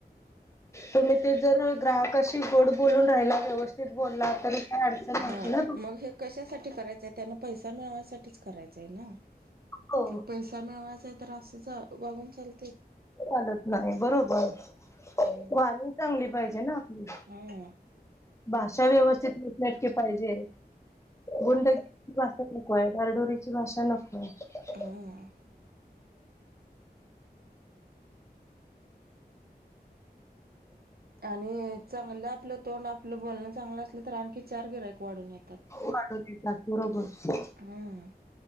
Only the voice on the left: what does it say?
तुम्ही ते जर ग्राहकाशी गोड बोलून राहिला व्यवस्थित बोलला तर काय अडचण नाही
ना
हो
चालत नाही बरोबर
वा चांगली पाहिजे ना आपली
भाषा व्यवस्था त्यांच्या झटके पाहिजे गुंड भाषा नकोये डरडोरीची भाषा नको आहे
वाट देतच बरोबर